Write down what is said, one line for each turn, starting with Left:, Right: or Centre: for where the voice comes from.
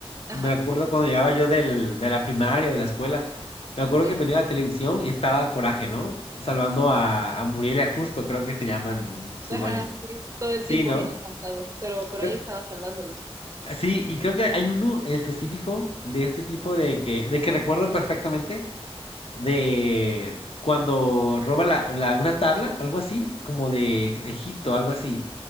Right: Ajá,
Left: Me acuerdo cuando llegaba yo del, de la primaria, o de la escuela. Me acuerdo
Right: sí.
Left: que prendía la televisión y estaba Coraje, ¿no? Salvando a, a Muriel y a Justo, creo que se llaman sus
Right: Ajá,
Left: dueños.
Right: sí, todo el
Left: Sí,
Right: tiempo
Left: ¿no?
Right: bien encantado, pero, pero
Left: Pero-
Right: ahí estaba salvándolos.
Left: sí, y creo que hay uno en específico de este tipo de que, de que recuerdo perfectamente de cuando roba la, la- una tabla, algo así, como de Egipto, algo así.